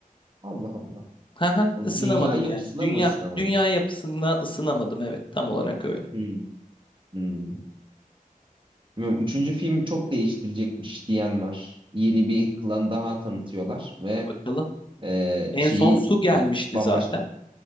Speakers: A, on the right; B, on the left.
A: Allah Allah.
B: Haha,
A: O
B: ısınamadım
A: dünya yapısına
B: yani. Dünya
A: mı ısınamadın?
B: dünya yapısına ısınamadım. Evet, tam olarak öyle.
A: Hmm. Hmm. Bilmiyorum. Üçüncü film çok değiştirecekmiş diyen var. Yeni bir klan daha tanıtıyorlar ve
B: Bakalım.
A: e,
B: En
A: şeyi
B: son su gelmişti
A: bambaşka.
B: zaten.